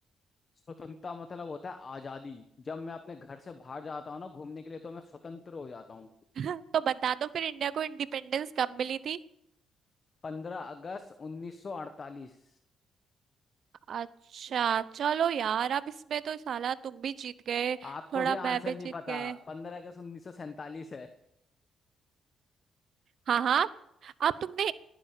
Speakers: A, on the left; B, on the right.
A: स्वतंत्रता मतलब होता है आजादी जब मैं अपने घर से बाहर जाता हूँ ना घूमने के लिए तो मैं स्वतंत्र हो जाता हूँ
B: <laughs> तो बता दो फिर इंडिया को इंडिपेंडेंस कब मिली थी
A: पंद्रह अगस्त उन्नीस सौ अड़तालीस
B: अच्छा चलो यार अब इसमें तो साला तुम भी जीत गए
A: आपको
B: थोड़ा
A: भी आंसर
B: मैं भी
A: नहीं
B: जीत
A: पता
B: गए
A: पंद्रह अगस्त उन्नीस सौ सैंतालीस है
B: हाँ हाँ अब तुमने